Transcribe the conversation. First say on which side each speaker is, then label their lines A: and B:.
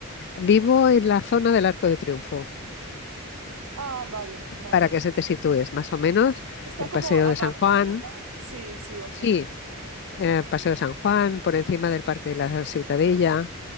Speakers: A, on the left; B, on the right.
A: vivo en la zona del Arco de Triunfo.
B: Ah, vale, vale.
A: para que se te sitúes, más o menos,
B: Está
A: el
B: como
A: Paseo
B: abajo,
A: de San Juan,
B: ¿verdad? Sí, sí, ok.
A: sí, eh, Paseo de San Juan, por encima del Parque de la Ciutadella,